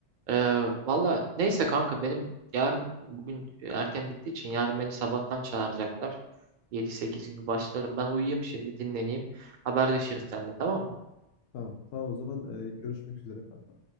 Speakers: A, on the right; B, on the left.
A: Ee, valla neyse kanka benim yarın bugün erken bittiği için yarın beni sabahtan çağıracaklar. yedi sekiz gibi başlarım. Ben uyuyayım şimdi dinleneyim. Haberleşiriz seninle tamam mı?
B: Tamam, tamam o zaman e, görüşmek üzere kanka.